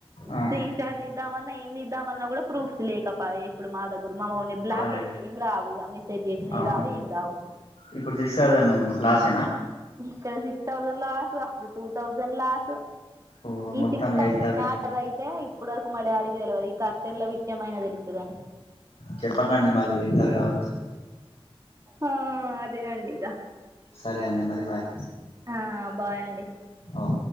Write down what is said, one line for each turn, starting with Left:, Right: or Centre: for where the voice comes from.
Left: ఆ
Right: స్క్రీన్ షాట్ తీద్దామన్న ఇద్దామన్నా కూడా ప్రూఫ్స్ లేకపో ఇప్పుడు మా దగ్గర మామగని బ్లాక్
Left: అరే
Right: అయిస్త ఏం రావు ఇక మిసేజ్ చేసినా
Left: అవును
Right: రావు ఏం రావు
Left: ఇప్పుడు సిక్స్ థౌసంద్ లో సేన
Right: ఇక్కడ సిక్స్ థౌజండ్ లాస్ అప్పుడు టూ థౌజండ్ లాస్
Left: ఓ
Right: ఈ
Left: మొత్తం
Right: six thousand
Left: eight thousand
Right: matter అయితే ఇప్పడు వరకు మా డాడీ తెలియదు ఈ కర్తెన్ల విషయంమయినా తెలుసు టగాని
Left: చెప్పకండి మళ్ళీ తిడతారు కావచ్చు
Right: ఆ అంతే అండిగా
Left: సరే అండి మరి బాయ్
Right: ఆహ్ బాయండి
Left: అవును